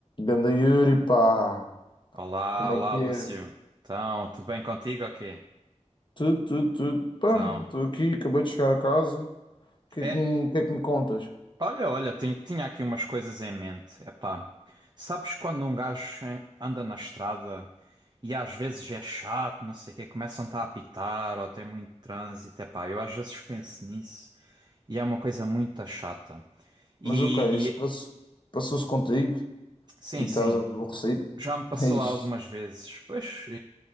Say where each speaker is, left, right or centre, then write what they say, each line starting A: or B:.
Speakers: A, on the left (about 40°); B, on the right (about 35°).
A: Ganda Yuri, pá,
B: Olá,
A: como é
B: olá,
A: que
B: Lúcio.
A: é?
B: Então, tudo bem contigo? Ok.
A: Tudo, tudo, tudo, pá,
B: Então,
A: estou aqui, acabei de chegar a casa, o que
B: é.
A: é que, me- o que é que me contas?
B: Olha, olha, tin- tinha aqui umas coisas em mente. Epá, sabes quando um gajo eh, anda na estrada e às vezes é chato, não sei o quê, começam-te a apitar ou tem muito trânsito. Epá, eu às vezes penso nisso e é uma coisa muito chata. E,
A: Mas ok, isso passou-
B: e-
A: passou-se contigo
B: sim,
A: e estás
B: sim,
A: aborrecido?
B: já
A: <laughs>
B: me passou
A: Ixi,
B: algumas vezes. Pois,